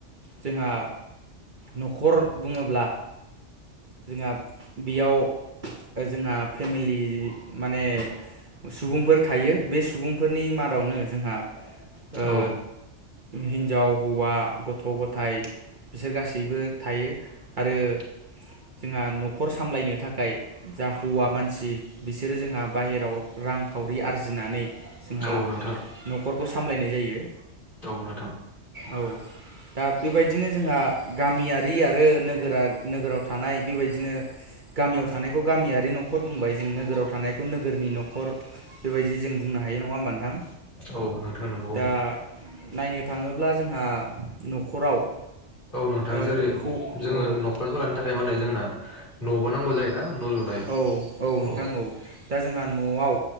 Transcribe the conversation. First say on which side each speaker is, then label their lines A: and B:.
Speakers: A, on the right; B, on the left.
A: जोंहा न'खर बुङोब्ला जोंहा बेयाव जोंहा फेमिलि माने सुबुंफोर थायो बे सुबुंफोरनि मादावनो जोंहा ओ
B: औ
A: हिनजाव हौवा गथ' गथाइ बिसोर गासैबो थायो, आरो जोंहा न'खर सामलायनो थाखाय जा हौवा मानसि बिसोरो जोंहा बाहेराव रां खावरि आरजिनानै जोंहा
B: औ नोंथां
A: न'खरखौ सामलायनाय जायो।
B: औ नोंथां।
A: औ दा बेबायदिनो जोंहा गामियारि आरो नोगोरारि नोगोराव थानाय बेबायदिनो गामियाव थानायखौ गामियारि न' न'खर बुंबाय जों नोगोराव थानायखौ नोगोरनि न'खर बेबायदि जों बुंनो हायो नङा होमबा नोंथां
B: औ नोंथां नंगौ औ
A: दा नायनो थाङोब्ला जोंहा न'खराव
B: औ नोंथां
A: ओ
B: जेरै
A: हौ
B: जोङो
A: औ
B: न'खर सालायनि थाखाय मा होन जोंना न'बो नांगौ जायोना लुनाय
A: औ औ
B: अ
A: नोंथां औ दा जोंहा न'आव